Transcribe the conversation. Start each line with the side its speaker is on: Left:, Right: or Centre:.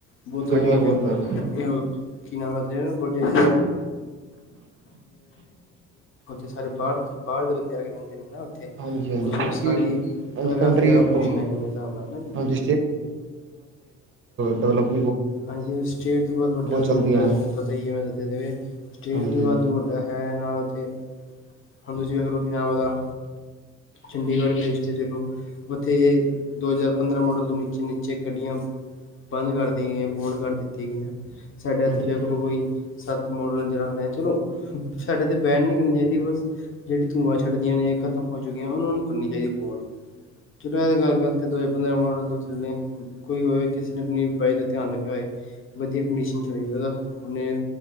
Left: -ਬਹੁਤ
Right: ਗੱਡੀਆਂ
Left: ਉਹ ਹੈਗਾਂ
Right: ਬਹੁਤ ਹੈ
Left: ਕਿਨਾ <unintelligible> <unintelligible> ਉਥੇ
Right: ਹਾਂਜੀ
Left: ਸਾਰੇ ਬਾਹਰ ਬਾਹਰ ਦੇ ਬੰਦੇ ਆ ਕੇ ਜਾਂਹਿੰਦੇ ਨੇ ਨਾ ਉਥੇ
Right: ਹਾਂਜੀ-ਹਾਂਜੀ ਕਿਉਂਕਿ
Left: ਉਸ ਸਾਰੇ
Right: ਹਾਂਜੀ
Left: ਵਾਿਆਦਾ
Right: ਕੰਟਰੀ ਉਹ
Left: ਪੋਲਿਊਸ਼ਨ ਹੈਗਾ ਮੇਰੇ ਹਿਸਾਬ ਨਾਲ ਜ
Right: ਹਾਂਜੀ ਡਿਵਲਪ
Left: ਹਾਂਜੀ ਸਟੇਟ ਬਹੁਤ ਵੱਡਾ ਤੇ
Right: ਚੱਲਦੀਆਂ
Left: ਮੈਨੂੰ ਦੱਸਨ
Right: ਹੈ
Left: ਪਤਾ ਹੀ ਹੈ ਮੈਂ ਦੱਸੇ ਦੇਵੇ ਸਟੇਟ
Right: ਹਾਂਜੀ।
Left: ਵੀ ਵੱਧ ਵੱਡਾ ਹੈ ਨਾਲ ਉੱਥੇ ਹੁਣ ਤੁਸੀਂ ਵੇਖ ਲਓ ਪੰਜਾਬ ਦਾ ਚੰਡੀਗੜ੍ਹ ਦੇਸ਼ ਤੇ ਚਲੋ ਉੱਥੇ ਇਹ ਦੋ ਹਜ਼ਾਰ ਪੰਦਰਾਂ ਮੋਡਲ ਤੋਂ ਨੀਚੇ -ਨੀਚੇ ਗੱਡੀਆਂ ਬੰਦ ਕਰ ਗਈਆਂ ਬੋਡ ਕਰ ਦਿੱਤੀਆਂ ਗਈਆਂ ਸਾਡੇ ਇੱਥੇ
Right: ਹਾਂਜੀ,
Left: ਵੇਖੂ ਲੋਕੋਈ ਸੱਤ ਮੋਡਲ ਜਿੜ ਰਿਹਾ ਚਲੋ ਸਾਡੇ ਤਾਂ ਬੈਨ ਨਹੀਂ ਕਰਨੀ ਚਾਹੀਦੀ ਬਸ ਜਿਹੜੀ ਧੂੰਆਂ ਛੱਡਦੀਆਂ ਨੇ ਇਹ ਖਤਮ ਹੋ ਚੁੱਕੀਆਂ ਉਹਨਾਂ ਨੂੰ ਕਰਨੀ ਚਾਹੀਦੀ ਫੋਨ ਚਲੋ ਇਹ ਤਾਂ ਗੱਲ ਗਲਤ ਹੈ ਦੋ ਪੰਦਰਾਂ ਮੋਡਲ ਤੋ ੱਲੇ ਕੋਈ ਹੋਵੇ ਕਿਸੇ ਨੇ ਆਪਣੀ ਬਾਈ ਦਾ ਧਿਆਨ ਰੱਖਿਆ ਹੋਏ ਵਧੀਆ ਕੰਡੀਸ਼ਨ 'ਚ ਹੋ ਉਹਦਾ ਉਹਨੇ